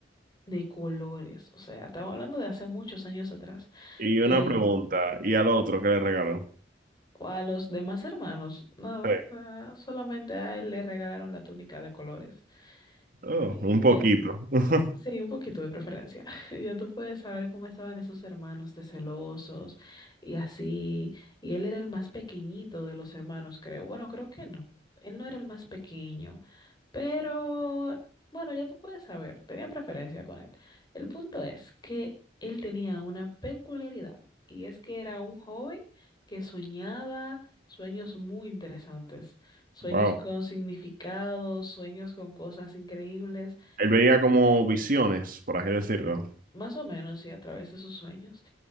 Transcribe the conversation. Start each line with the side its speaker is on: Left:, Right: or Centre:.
Left: de colores. O sea, estaba hablando de hace muchos años atrás,
Right: Y
Left: que
Right: una pregunta, ¿y al otro qué le regaló?
Left: a los demás hermanos, nada,
Right: Sí.
Left: ah, solamente a él le regalaron la túnica de colores.
Right: Oh,
Left: Y,
Right: un poquito. <laughs>
Left: Sí, un poquito de preferencia. <laughs> Ya tú puedes saber cómo estaban esos hermanos de celosos y así. Y él era el más pequeñito de los hermanos, creo. Bueno, creo que no. Él no era el más pequeño, pero bueno, ya tú puedes saber. Tenían preferencia con él. El punto es que él tenía una peculiaridad y es que era un joven que soñaba sueños muy interesantes, sueños
Right: Wow.
Left: con significados, sueños con cosas increíbles.
Right: Él veía como visiones, por así decirlo.
Left: Más o menos, sí, a través de sus sueños.